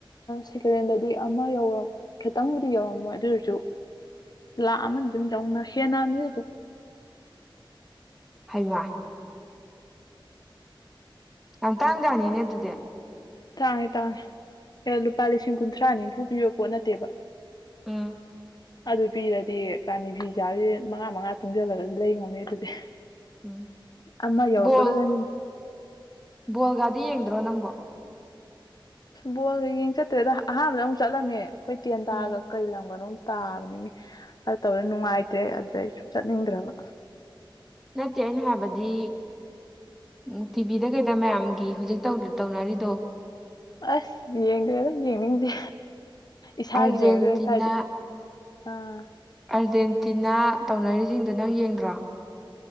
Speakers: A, on the left; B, in the centre.
A: ꯁꯦꯀꯦꯟꯦꯟꯗꯗꯤ ꯑꯃ ꯌꯧꯔ ꯈꯤꯇꯪꯕꯨꯗꯤ ꯌꯧꯔꯝꯃꯣꯏ ꯑꯗꯨꯔꯁꯨ ꯂꯥꯛꯑꯃꯅꯤꯗꯤ ꯑꯗꯨꯝ ꯂꯧꯅ ꯍꯦꯟꯅꯕꯅꯤ ꯑꯗꯨꯝ
B: ꯍꯩꯃꯥ ꯌꯥꯝ ꯇꯥꯡꯖꯅꯤꯅꯦ ꯑꯗꯨꯗꯤ
A: ꯇꯥꯡꯉꯦ ꯇꯥꯡꯉꯦ ꯑꯦ ꯂꯨꯄꯥ ꯂꯤꯁꯤꯡ ꯀꯨꯟꯊ꯭ꯔꯥ ꯅꯤꯝꯐꯨ ꯄꯤꯕ ꯄꯣꯠ ꯅꯠꯇꯦꯕ
B: ꯎꯝ
A: ꯑꯗꯨ ꯄꯤꯔꯗꯤ ꯔꯥꯅꯤ ꯐꯤ ꯁꯥꯕꯤꯖꯤꯡ ꯃꯉꯥ ꯃꯉꯥ ꯇꯨꯡꯖꯤꯜꯂꯒꯖꯨ ꯂꯩ ꯉꯝꯅꯤ ꯑꯗꯨꯗꯤ
B: ꯎꯝ
A: ꯑꯃ ꯌꯧꯔꯛꯄꯗꯨꯗꯅꯤꯅꯦ
B: ꯕꯣꯜ ꯕꯣꯜꯒꯗꯤ ꯌꯦꯡꯗ꯭ꯔꯣ ꯅꯪꯕꯣ
A: ꯕꯣꯜꯒ ꯌꯦꯡ ꯆꯠꯇ꯭ꯔꯦꯗ ꯑꯍꯥꯟꯕꯗ ꯑꯃꯨꯛ ꯆꯠꯂꯝꯃꯦ ꯑꯩꯈꯣꯏ ꯇꯦꯟ ꯇꯥꯒ
B: ꯎꯝ
A: ꯀꯩ ꯂꯝꯒꯅꯣꯝ ꯇꯥꯕꯅꯤꯅꯦ ꯑꯗꯨ ꯇꯧꯗ ꯅꯨꯡꯉꯥꯏꯇ꯭ꯔꯦ ꯑꯗꯨꯗꯩꯁꯨ ꯆꯠꯅꯤꯡꯗ꯭ꯔꯕ
B: ꯅꯠꯇꯦ ꯑꯩꯅ ꯍꯥꯏꯕꯗꯤ ꯎꯝ ꯇꯤꯚꯤꯗ ꯀꯩꯗ ꯃꯌꯥꯝꯒꯤ ꯍꯧꯖꯤꯛ ꯇꯧꯅꯔꯤꯗꯣ
A: ꯑꯁ ꯌꯦꯡꯗꯦ ꯑꯩ ꯌꯦꯡꯅꯤꯡꯗꯦ ꯏꯁꯥꯒꯤ
B: ꯑꯥꯔꯖꯦꯟꯇꯤꯅꯥ
A: ꯂꯩꯔꯒ ꯏꯁꯥꯏꯗ ꯑꯥ
B: ꯑꯥꯔꯖꯦꯟꯇꯤꯅꯥ ꯇꯧꯅꯔꯤꯁꯤꯡꯗꯣ ꯅꯪ ꯌꯦꯡꯗ꯭ꯔꯣ